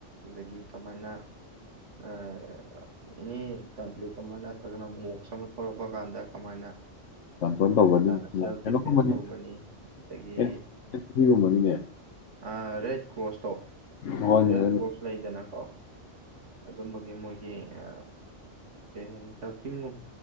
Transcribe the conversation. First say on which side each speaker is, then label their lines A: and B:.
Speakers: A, on the right (about 80°); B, on the left (about 85°).
A: ꯑꯗꯒꯤ ꯀꯃꯥꯏꯅ ꯑꯥ ꯑꯦꯅꯤ ꯀꯟꯐꯂꯤꯛ ꯑꯃ ꯅꯠꯇ꯭ꯔꯒꯅ ꯃꯣꯛꯁ ꯑꯃ ꯊꯣꯛꯂꯛꯄ ꯀꯥꯟꯗ ꯀꯃꯥꯏꯅ
B: ꯀꯟꯇ꯭ꯔꯣꯜ ꯇꯧꯒꯅꯤ
A: ꯏꯁꯥꯅ ꯁꯦꯜꯐ
B: ꯀꯩꯅꯣꯒꯨꯝꯕꯅꯤ
A: ꯗꯤꯐꯦꯟꯁ ꯇꯧꯒꯅꯤ ꯑꯗꯒꯤ
B: ꯑꯦ ꯁꯤꯒꯨꯝꯕꯅꯤꯅꯦ
A: ꯑꯥ ꯔꯦꯠ ꯀ꯭ꯔꯣꯁꯇꯣ
B: ꯍꯣꯏꯅꯦ
A: ꯔꯦꯠ
B: ꯍꯣꯏꯅꯦ
A: ꯀ꯭ꯔꯣꯁ ꯂꯩꯗꯅꯀꯣ ꯑꯗꯨꯝꯕꯒꯤ ꯃꯣꯏꯒꯤ ꯑꯥ ꯀꯔꯤ ꯍꯥꯏꯅꯤ ꯄꯤꯡꯒꯨꯝ